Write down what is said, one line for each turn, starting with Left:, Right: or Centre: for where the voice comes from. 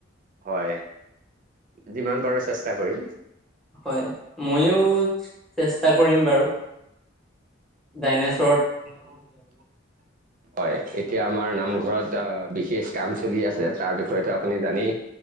Right: হয়, যিমান পাৰো চেষ্টা কৰিম
Centre: হয়, ময়ো। চেষ্টা কৰিম বাৰু ডাইনেছ
Right: হয়, এতিয়া আমাৰ নামঘৰত বিশেষ কাম চলি আছে, তাৰ বিষয়তো আপুনি জানেই।